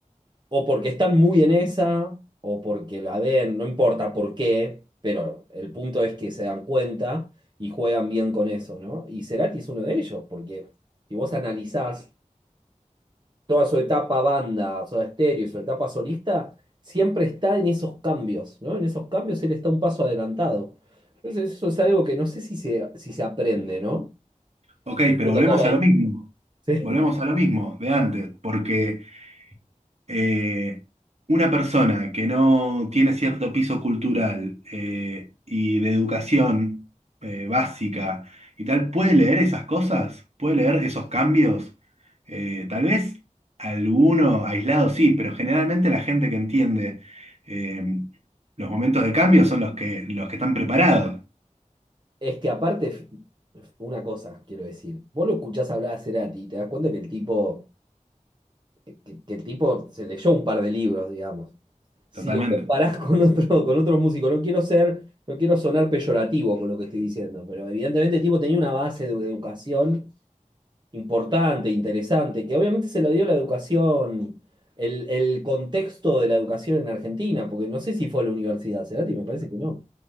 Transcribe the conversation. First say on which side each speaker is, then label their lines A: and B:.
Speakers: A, on the right; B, on the right.
A: O porque están muy en esa, o porque la ven, no importa por qué, pero el punto es que se dan cuenta y juegan bien con eso, ¿no? Y Cerati es uno de ellos, porque si vos analizás toda su etapa banda, Soda Stereo, su etapa solista, siempre está en esos cambios, ¿no? En esos cambios él está un paso adelantado. Entonces eso es algo que no sé si se, si se aprende, ¿no?
B: Ok,
A: Viendo
B: pero volvemos
A: toda la-
B: a lo mismo.
A: Sí.
B: Volvemos a lo mismo de antes, porque eh, una persona que no tiene cierto piso cultural eh, y de educación eh, básica y tal, ¿puede leer esas cosas? ¿Puede leer esos cambios? Eh, tal vez alguno aislado sí, pero generalmente la gente que entiende eh, los momentos de cambio son los que, los que están preparados,
A: Es que aparte, f- una cosa quiero decir, vos lo escuchás hablar a Cerati y te das cuenta que el tipo, eh, que, que el tipo se leyó un par de libros, digamos. Si
B: totalmente.
A: lo comparás con otro, con otros músicos, no quiero ser, no quiero sonar peyorativo con lo que estoy diciendo, pero evidentemente el tipo tenía una base de educación importante, interesante, que obviamente se la dio la educación, el, el contexto de la educación en Argentina, porque no sé si fue a la universidad, Cerati, me parece que no.